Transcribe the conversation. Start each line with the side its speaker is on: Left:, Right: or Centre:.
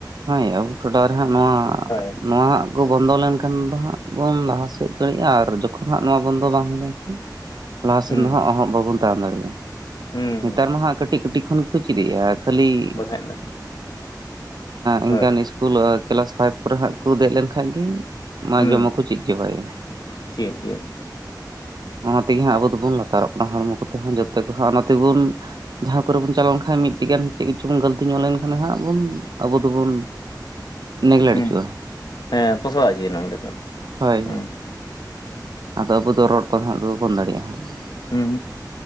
Right: ᱦᱮᱸ ᱟᱵᱚ ᱴᱚᱴᱷᱟ <unintelligible> ᱱᱚᱣᱟ
Left: ᱦᱳᱭ
Right: ᱱᱚᱣᱟ ᱦᱟᱜ ᱠᱚ ᱵᱚᱱᱫᱚ ᱞᱮᱱᱠᱷᱟᱱ ᱦᱟᱸᱜ ᱵᱚᱱ ᱞᱟᱦᱟ ᱥᱮᱫ ᱫᱟᱲᱮᱭᱟᱜᱼᱟ ᱟᱨ ᱡᱚᱠᱷᱚᱱ ᱦᱟᱸᱜ ᱱᱚᱣᱟ ᱵᱚᱱᱫᱚ ᱵᱟᱝ ᱦᱩᱭ ᱞᱮᱱᱠᱷᱟᱱ ᱞᱟᱦᱟᱥᱮᱱ
Left: ᱦᱩᱸ
Right: ᱫᱚ ᱦᱟᱸᱜ ᱮᱦᱚᱜ ᱵᱟᱵᱚᱱ ᱛᱟᱲᱟᱢ ᱫᱟᱲᱮᱭᱟᱜᱼᱟ
Left: ᱦᱩᱸ
Right: ᱱᱮᱛᱟᱨ ᱢᱟ ᱦᱟᱸᱜ ᱠᱟᱹᱴᱤᱡ ᱠᱟᱹᱴᱤᱡ ᱠᱷᱚᱱ ᱜᱮᱠᱚ ᱪᱮᱫᱮᱫᱼᱟ ᱠᱷᱟᱹᱞᱤ
Left: ᱵᱟᱠᱷᱟᱡ ᱫᱚ
Right: ᱤᱱᱠᱟᱱ
Left: ᱦᱳᱭ
Right: ᱤᱥᱠᱩᱞ ᱠᱞᱟᱥ ᱯᱟᱭᱤᱯ ᱠᱚᱨᱮ ᱦᱟᱜ ᱠᱚ ᱫᱮᱡ ᱞᱮᱱ ᱠᱷᱟᱱ ᱜᱮ ᱢᱟ
Left: ᱦᱩᱸ
Right: ᱡᱚᱢᱟᱜ ᱠᱚ ᱪᱮᱫ ᱪᱮᱵᱟᱭᱟ
Left: ᱪᱮᱫ ᱪᱮᱫ
Right: ᱚᱱᱟ ᱛᱮᱜᱮ ᱦᱟᱸᱜ ᱟᱵᱚ ᱫᱚᱵᱚᱱ ᱞᱟᱛᱟᱨᱚᱜ ᱠᱟᱱᱟ ᱦᱚᱲᱢᱚ ᱠᱚᱛᱮ ᱦᱚᱸ ᱡᱚᱛᱚ ᱠᱚ ᱦᱟᱸᱜ ᱚᱱᱟ ᱛᱮᱵᱚᱱ ᱡᱟᱦᱟᱸ ᱠᱚᱨᱮ <inaudible> ᱪᱟᱞᱟᱣ ᱞᱮᱱᱠᱷᱟᱱᱡ ᱢᱤᱫᱴᱮᱱ ᱜᱟᱱ ᱪᱮᱫ ᱠᱚᱪᱚᱝ ᱵᱚᱱ ᱜᱟᱹᱞᱛᱤ ᱧᱚᱜ ᱞᱮᱱᱠᱷᱟᱱᱚᱜ ᱵᱚᱱ ᱟᱵᱚ ᱫᱚᱵᱚᱱ ᱱᱮᱜᱽᱞᱮᱴ
Left: ᱦᱩᱸ
Right: ᱦᱚᱪᱚᱜᱼᱟ
Left: ᱦᱮᱸ ᱯᱚᱥᱲᱟ ᱤᱫᱤᱭᱮᱱᱟ ᱚᱸᱰᱮ ᱫᱚ ᱟᱫᱚ
Right: ᱦᱳᱭ
Left: ᱦᱩᱸ
Right: ᱟᱫᱚ ᱟᱵᱚ ᱫᱚ ᱨᱚᱲ ᱠᱚᱫᱚ ᱦᱟᱸᱜ ᱫᱚᱵᱚᱱ ᱫᱟᱲᱮᱭᱟᱜᱼᱟ ᱦᱟᱸᱜ
Left: ᱦᱩᱸ